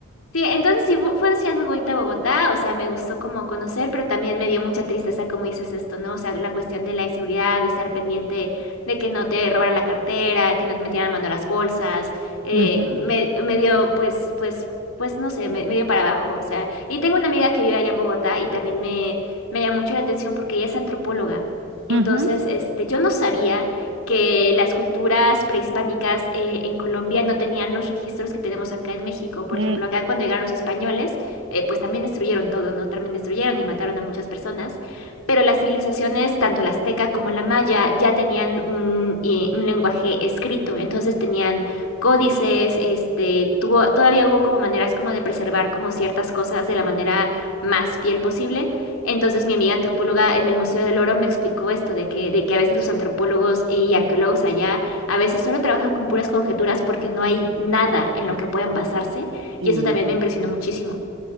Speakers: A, on the left (about 75°); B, on the right (about 60°).
A: Sí, entonces sí, fu- fue una ciudad muy bonita Bogotá, o sea, me gustó como conocer, pero también me dio mucha tristeza, como dices esto, ¿no? O sea, la cuestión de la inseguridad, de estar pendiente de que no te robaran la cartera, que no te metieran mano a las bolsas, eh,
B: Ujú,
A: me, me dio, pues, pues, pues, no sé, me, me dio para abajo, o sea, y tengo una amiga que vive allá en Bogotá y también me, me llamó mucho la atención porque ella es antropóloga, entonces,
B: ujú,
A: este, yo no sabía que las culturas prehispánicas eh, en Colombia no tenían los registros que tenemos acá en México. Por
B: mm,
A: ejemplo, acá cuando llegaron los españoles, eh, pues también destruyeron todo, ¿no? También destruyeron y mataron a muchas personas. Pero las civilizaciones, tanto la azteca como la maya, ya tenían un, eh, un lenguaje escrito. Entonces tenían códices, este, tuvo, todavía hubo como maneras como de preservar como ciertas cosas de la manera más fiel posible. Entonces mi amiga antropóloga en el Museo del Oro me explicó esto, de que, de que a veces los antropólogos y arqueólogos allá a veces solo trabajan con puras conjeturas porque no hay nada en lo que puedan basarse y
B: mm.
A: eso también me impresionó muchísimo.